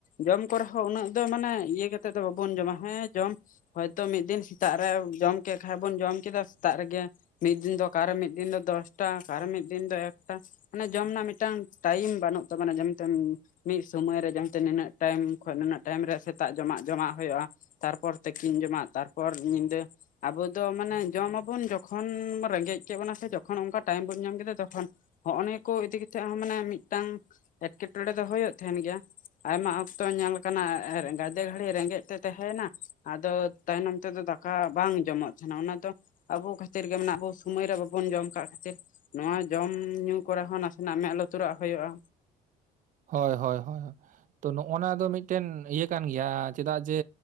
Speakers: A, on the left; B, on the right.
A: ᱡᱚᱢ ᱠᱚᱨᱮ ᱦᱚ ᱩᱱᱟᱹᱜ ᱫᱚ ᱢᱟᱱᱮ ᱤᱭᱟᱹ ᱠᱟᱛᱮᱫ ᱫᱚ ᱵᱟᱵᱚᱱ ᱡᱚᱢᱟ ᱦᱮᱸ ᱡᱚᱢ ᱦᱚᱭᱛᱚ ᱢᱤᱫ ᱫᱤᱱ ᱥᱮᱛᱟᱜ ᱨᱮ ᱡᱚᱢ ᱠᱮᱜ ᱠᱷᱟ ᱵᱚᱱ ᱡᱚᱢ ᱠᱮᱫᱟ ᱥᱮᱛᱟᱜ ᱨᱮᱜᱮ ᱢᱤᱫ ᱫᱤᱱ ᱫᱚ ᱚᱠᱮ ᱢᱤᱫ ᱫᱤᱱ ᱫᱚ ᱫᱚᱥᱴᱟ ᱚᱠᱟᱨᱮ ᱢᱤᱫ ᱫᱤᱱ ᱫᱚ ᱮᱠᱴᱟ ᱢᱟᱱᱮ ᱡᱚᱢ ᱨᱮᱱᱟᱜ ᱢᱤᱫᱴᱟᱝ ᱴᱟᱭᱤᱢ ᱵᱟᱹᱱᱩᱜ ᱛᱟᱵᱚᱱᱟ ᱡᱮᱢ ᱴᱮᱢ ᱢᱤᱫ ᱥᱳᱢᱟ. ᱭ ᱨᱮ ᱡᱮ ᱢᱮᱱᱛᱮ ᱱᱤᱱᱟᱹᱜ ᱴᱟᱭᱤᱢ ᱠᱷᱚᱜ ᱱᱩᱱᱟᱹᱜ ᱴᱟᱭᱤᱢ ᱨᱮ ᱥᱮᱛᱟᱜ ᱡᱚᱢᱟᱜ ᱡᱚᱢᱟᱜ ᱦᱩᱭᱩᱜᱼᱟ ᱛᱟᱨᱯᱚᱨ ᱛᱤᱠᱤᱱ ᱡᱚᱢᱟᱜ ᱛᱟᱨᱯᱚᱨ ᱧᱤᱫᱟᱹ ᱟᱵᱚ ᱫᱚ ᱢᱟᱱᱮ ᱡᱚᱢ ᱢᱟᱵᱩᱱ ᱡᱚᱠᱷᱚᱱ ᱨᱮᱸᱜᱮᱡ ᱠᱮᱜ ᱵᱚᱱᱟ ᱥᱮ ᱡᱚᱠᱷᱚᱱ ᱚᱱᱠᱟ ᱴᱟᱭᱤᱢ ᱵᱚᱱ ᱧᱟᱢ ᱠᱮᱫᱟ ᱛᱚᱠᱷᱚᱱ ᱦᱚᱜᱼᱚ ᱱᱤᱭᱟᱹ ᱠᱚ ᱤᱫᱤ ᱠᱟᱛᱮᱜ ᱦᱚᱸ ᱢᱟᱱᱮ ᱢᱤᱫᱴᱟᱝ ᱮᱴᱠᱮᱴᱚᱬᱮ ᱫᱚ ᱦᱩᱭᱩᱜ ᱛᱟᱦᱮᱱ ᱜᱮᱭᱟ ᱟᱭᱢᱟ ᱚᱠᱛᱚ ᱧᱮᱞ ᱟᱠᱟᱱᱟ ᱜᱟ. ᱫᱮ ᱜᱷᱲᱤᱡ ᱨᱮᱸᱜᱮᱡ ᱛᱮ ᱛᱮᱦᱮᱸᱮᱭᱮᱱᱟ ᱟᱫᱚ ᱛᱟᱭᱱᱚᱢ ᱛᱮᱫᱚ ᱫᱟᱠᱟ ᱵᱟᱝ ᱡᱚᱢᱚᱜ ᱛᱟᱦᱮᱱᱟ ᱚᱱᱟ ᱫᱚ ᱟᱵᱚ ᱠᱷᱟᱹᱛᱤᱨ ᱜᱮ ᱢᱮᱱᱟᱜ ᱟᱵᱚ ᱥᱚᱢᱚᱭ ᱨᱮ ᱵᱟᱵᱚᱱ ᱡᱚᱢ ᱠᱟᱜ ᱠᱷᱟᱹᱛᱤᱨ ᱱᱚᱣᱟ ᱡᱚᱢ ᱧᱩ ᱠᱚᱨᱮ ᱦᱚᱸ ᱱᱟᱥᱮᱱᱟᱜ ᱢᱮᱜ ᱞᱩᱛᱩᱨᱟᱜ ᱦᱩᱭᱩᱜᱼᱟ
B: ᱦᱚᱭ ᱦᱚᱭ ᱦᱚᱭ ᱦᱚᱭ ᱛᱚ ᱱᱚᱜᱼᱱᱟ ᱫᱚ ᱢᱤᱫᱴᱮᱱ ᱤᱭᱟᱹ ᱠᱟᱱ ᱜᱮᱭᱟ ᱪᱮᱫᱟᱜ ᱡᱮ